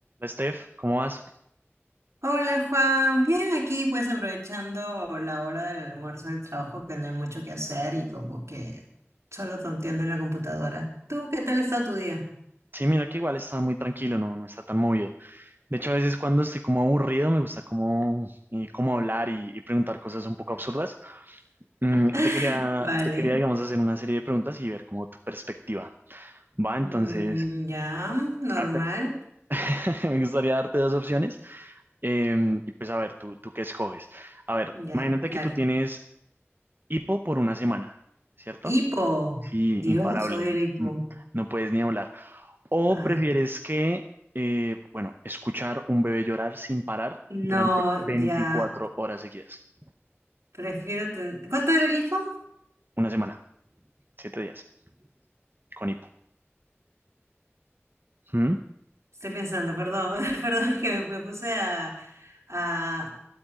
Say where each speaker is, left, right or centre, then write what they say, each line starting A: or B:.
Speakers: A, on the right (about 45°); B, on the right (about 85°).
A: Steph, ¿cómo vas?
B: Hola Juan, bien aquí pues aprovechando la hora del almuerzo del trabajo que no hay mucho que hacer y como que solo tonteando en la computadora. ¿Tú qué tal ha estado tu día?
A: Sí, mira que igual está muy tranquilo, no, no está tan movido. De hecho, a veces cuando estoy como aburrido me gusta como, eh, como hablar y, y preguntar cosas un poco absurdas. Mm,
B: <laughs>
A: te quería,
B: Vale,
A: te quería, digamos, hacer una serie de preguntas y ver como tu perspectiva. Va, entonces,
B: Mm, ya, normal,
A: arte- <laughs> me gustaría darte dos opciones em, y pues a ver, tú, tú qué escoges. A ver,
B: ya,
A: imagínate
B: dale.
A: que tú tienes hipo por una semana, ¿cierto?
B: Hipo,
A: Sí,
B: Dios,
A: imparable,
B: odio el hipo.
A: n- no puedes ni hablar. ¿O
B: Ay,
A: prefieres que, eh, bueno, escuchar un bebé llorar sin parar
B: no,
A: durante 24
B: ya,
A: horas seguidas?
B: prefiero ten- ¿Cuánto era el hipo?
A: Una semana, siete días, con hipo. ¿Mm?
B: Estoy pensando, perdón, <laughs> perdón, es que me, me puse a, a,